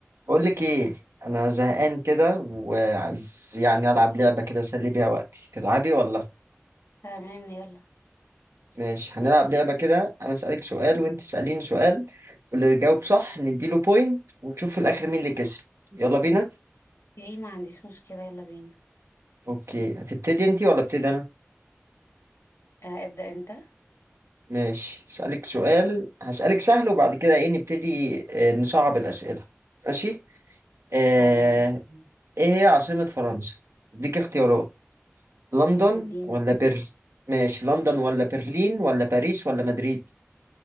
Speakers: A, on the right; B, on the left.
A: بقول لك ايه انا زهقان كده وعايز يعني العب لعبه كده اسلي بيها وقتي تلعبي ولا
B: تمام يلا
A: ماشي هنلعب لعبه كده انا اسالك سؤال وانت تساليني سؤال واللي يجاوب صح نديله بوينت ونشوف في الاخر مين اللي كسب يلا بينا
B: اوكي ما عنديش مشكلة يلا بينا
A: اوكي هتبتدي انت ولا ابتدي انا
B: آه ابدأ انت
A: ماشي اسالك سؤال هسالك سهل وبعد كده ايه نبتدي آه، نصعب الاسئله ماشي آه...
B: تمام اوكي
A: ايه هي عاصمه فرنسا اديك اختيارات لندن
B: مدينة
A: ولا بر ماشي لندن ولا برلين ولا باريس ولا مدريد